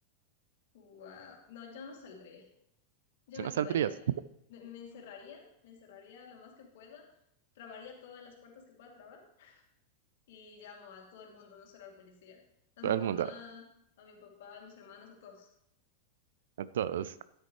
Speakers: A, on the left (about 55°); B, on the right (about 60°).
A: Wow, no, yo no saldría. Yo
B: Si
A: me
B: no saldrías,
A: quedaría, me, me encerraría, me encerraría lo más que pueda, trabaría todas las puertas que pueda trabar y llamo a todo el mundo, no solo al policía, a
B: todo
A: mi mamá,
B: el mundo,
A: a mi papá, a mis hermanos, a todos.
B: a todos.